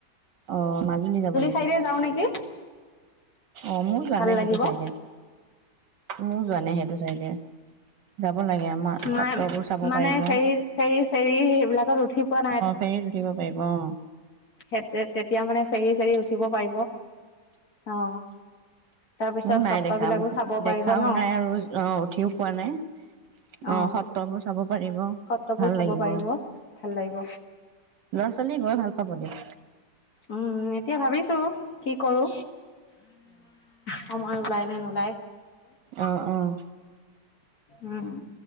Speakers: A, on the right; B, on the left.
A: অঁ মাজুলী যাব নেকি
B: চাইডে যাওঁ নেকি
A: অঁ মোৰ যোৱা
B: ভাল
A: নাই
B: লাগিব
A: সেইটো
B: অ
A: চাইডে মোৰ যোৱা নাই সেইটো চাইডে যাব লাগে আমাৰ
B: মই
A: সত্ৰবোৰ চাব
B: মানে
A: পাৰিব
B: ফেৰী
A: অঁ
B: ফেৰী চেৰী সেইবিলাকত উঠি পোৱা
A: ফেৰীত উঠিব পাৰিব অঁ
B: সেত তে তেতিয়া মানে ফেৰি চেৰি উঠিব পাৰিব অ তাৰপিছত
A: মোৰ নাই
B: সত্ৰবিলাকো
A: দেখা মো
B: চাব পাৰিব
A: দেখাও
B: ন?
A: নাই আৰু অ উঠিও পোৱা নাই
B: অ',
A: আহ সত্ৰবোৰ চাব পাৰিব
B: সত্ৰবোৰ
A: ভাল
B: চাব
A: লাগিব।
B: পাৰিব।
A: ল'ৰা
B: ভাল লাগিব।
A: ছোৱালীয়ে গৈ ভাল পাব দে
B: উম এতিয়া ভাবিছো কি কৰো সময় ওলাই নে নুলাই
A: অহঁ অহ
B: উম